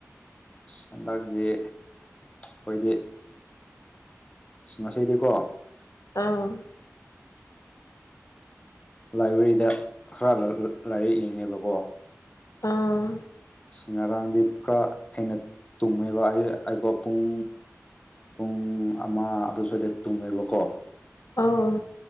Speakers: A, on the left (about 25°); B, on the left (about 80°).
A: ꯍꯟꯗꯥꯡꯁꯤ ꯑꯩꯈꯣꯏꯗꯤ ꯑꯁ ꯉꯁꯗꯤꯀꯣ
B: ꯑꯥ
A: ꯂꯥꯏꯕ꯭ꯔꯦꯔꯤꯗ ꯈꯔ ꯂꯥꯏꯔꯤꯛ ꯌꯦꯡꯉꯦꯕꯀꯣ
B: ꯑꯥ
A: ꯉꯔꯥꯡꯗꯤ ꯈꯔ ꯊꯦꯡꯅ ꯇꯨꯝꯃꯦꯕ ꯑꯩ ꯑꯩꯀꯣ ꯄꯨꯡ ꯄꯨꯡ ꯑꯃ ꯑꯗꯨ ꯁ꯭ꯋꯥꯏꯗ ꯇꯨꯡꯉꯦꯕꯀꯣ
B: ꯑꯥꯎ